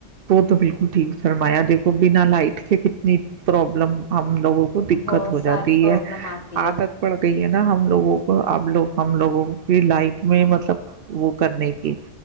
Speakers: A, on the right; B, on the left.
A: وہ تو بالکل ٹھیک سرمایا دیکھو بنا لائٹ کے کتنی پرابلم ہم لوگوں کو دقت
B: بہت
A: ہو
B: ساری
A: جاتی
B: پرابلم
A: ہے
B: آتی
A: عادت
B: ہے
A: پڑ گئی ہے نا ہم لوگوں کو اب لوگ ہم لوگوں کی لائٹ میں مطلب وہ کرنے کی